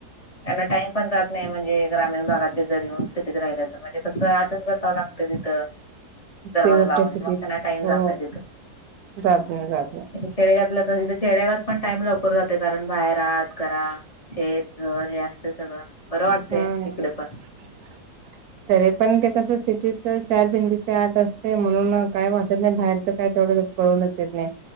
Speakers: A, on the left; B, on the right.
A: त्यांना टाइम पण जात नाही म्हणजे ग्रामीण भागातले जर येऊन सिटीत राहिल्याचं म्हणजे कसं आतच बसावं लागतं तिथं दरवाजा
B: शेवटच्या
A: लावून
B: सिटीत
A: मग त्यांना टाइम
B: हो
A: जात नाही
B: जात नाही जात नाही
A: खेडगावातलं कधी खेड्यागात पण टाइम लवकर जाते कारण बाहेर आत करा शेत घर हे असते सगळं बरं वाटतेय
B: हम्म.
A: इकडे पण
B: <inaudible> तरी पण ते कसं सिटीत चार भिंतीच्या आत असतय म्हणून काय वाटत नाही बाहेरचं काय तेवढं कळुनच येत नाही